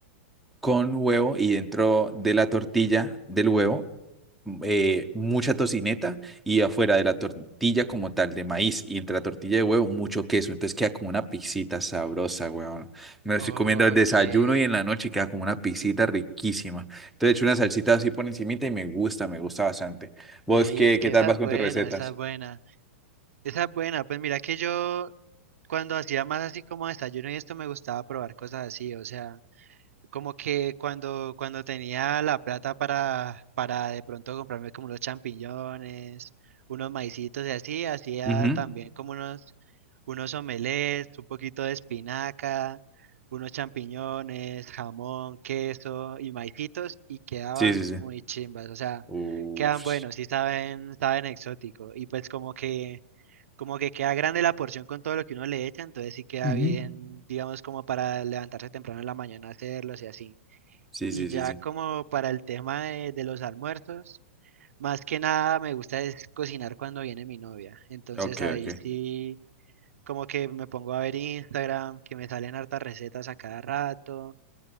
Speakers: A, in the centre; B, on the right.
A: con huevo y dentro de la tortilla del huevo mm, eh, mucha tocineta y afuera de la tortilla como tal de maíz y entre la tortilla de huevo mucho queso. Entonces queda como una pizzita sabrosa, huevón. Me lo
B: ok.
A: estoy comiendo al desayuno y en la noche queda como una pizzita riquísima. Entonces he hecho una salsita así por encimita y me gusta, me gusta bastante. ¿Vos
B: Ey,
A: qué,
B: es que
A: qué tal
B: esa
A: vas
B: es
A: con
B: buena,
A: tus recetas?
B: esa es buena. Esa es buena, pues mira que yo cuando hacía más así como desayuno y esto me gustaba probar cosas así, o sea, como que cuando, cuando tenía la plata para, para de pronto comprarme como unos champiñones, unos maicitos y así, hacía
A: Ujú.
B: también como unos, unos omelets, un poquito de espinaca, unos champiñones, jamón, queso y maicitos y quedaban
A: Sí, sí, sí.
B: muy chimbas, o sea,
A: Uf.
B: quedan buenos y saben, saben exótico y pues como que como que queda grande la porción con todo lo que uno le echa, entonces sí queda
A: Ujú.
B: bien, digamos, como para levantarse temprano en la mañana a hacerlos y así.
A: Sí,
B: Y
A: sí,
B: ya
A: sí, sí.
B: como para el tema de, de los almuerzos, más que nada me gusta es cocinar cuando viene mi novia. Entonces
A: Ok,
B: ahí
A: ok.
B: sí, como que me pongo a ver Instagram, que me salen hartas recetas a cada rato